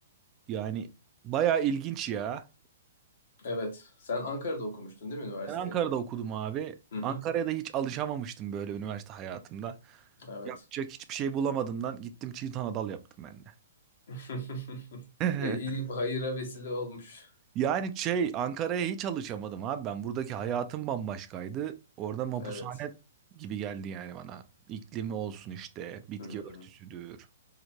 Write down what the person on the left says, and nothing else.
Evet. Sen Ankara'da okumuştun değil mi üniversiteyi?
Hı hı.
Evet.
<laughs> E,
iyi hayıra vesile olmuş.
Evet.
Hı hı.